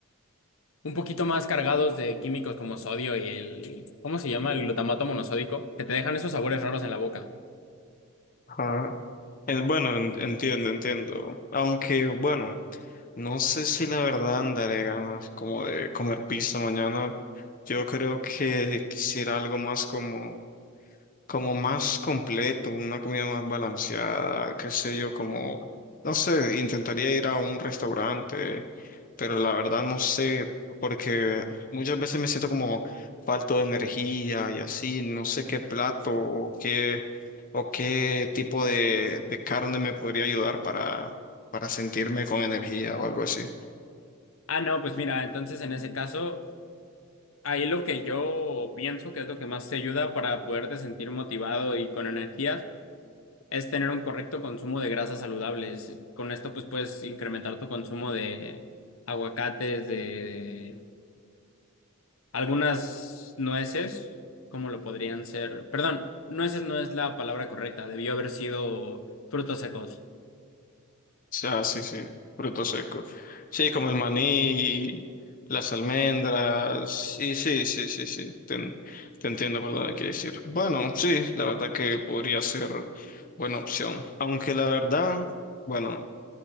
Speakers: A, on the left (about 70°); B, on the left (about 40°).
A: un poquito más cargados de químicos como sodio y el, ¿cómo se llama? El glutamato monosódico, que te dejan esos sabores raros en la boca.
B: Ajá. En- bueno, en- entiendo, entiendo. Aunque, bueno, no sé si la verdad andaré ganas como de comer pizza mañana. Yo creo que quisiera algo más como como más completo, una comida más balanceada, qué sé yo, como, no sé, intentaría ir a un restaurante, pero la verdad no sé, porque muchas veces me siento como falto de energía y así, no sé qué plato o qué, o qué tipo de, de carne me podría ayudar para, para sentirme con energía o algo así.
A: Ah, no, pues mira, entonces en ese caso, ahí lo que yo pienso que es lo que más te ayuda para poderte sentir motivado y con energías. es tener un correcto consumo de grasas saludables. Con esto, pues puedes incrementar tu consumo de aguacates, de algunas nueces, como lo podrían ser. Perdón, nueces no es la palabra correcta, debió haber sido frutos secos.
B: Sí, Ah, sí, sí, frutos secos. Sí, como el maní, las almendras, y sí, sí, sí, sí, te, en- te entiendo, ¿verdad? Quiere decir. Bueno, sí, la verdad que podría ser buena opción. Aunque la verdad, bueno,